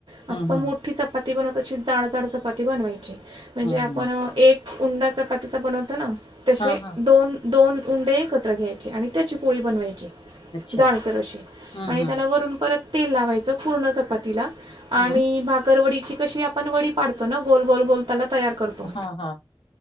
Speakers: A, on the right (about 70°); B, on the left (about 75°).
A: आपण
B: हं, हं.
A: मोठी चपाती बनवतो तशी जाड जाड चपाती बनवायची, म्हणजे
B: हं,
A: आपण
B: हं.
A: एक उंडा चपातीचा बनवतो न, तसे
B: हां, हां.
A: दोन दोन उंडे एकत्र घ्यायचे आणि त्याची पोळी बनवायची.
B: अच्छा.
A: जाडसर अशी
B: हं,
A: आणि
B: हं.
A: त्याला वरून परत तेल लावायचं पूर्ण चपातीला. आणि
B: हं.
A: भाकररवडीची कशी आपण वडी पाडतो ना गोल गोल गोल त्याला तयार करतो.
B: हां, हां.